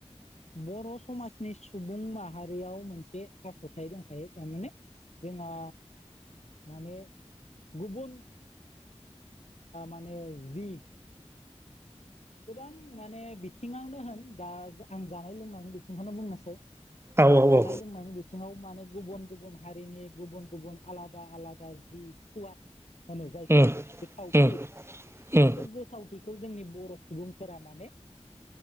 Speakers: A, on the left; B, on the right.
A: बर' समाजनि सुबुं माहारियाव मोनसे आखुथाइ दंखायो थारमाने जोंहा माने गुबुन माने जि गोबां माने बिथिङावनो होन दा आं जानाय लोंनायनि बिथिंखौनो बुंनोसै
B: औ औ
A: जानाय
B: औ
A: लोंनायनि बिथिङाव माने गुबुन गुबुन हारिनि गुबुन गुबुन आलादा आलादा जि सुवाद होनो जायखौ
B: उम
A: गोथावथि
B: उम उम
A: बे गोथावथिखौ जोंनि बर' सुबुंफोरा माने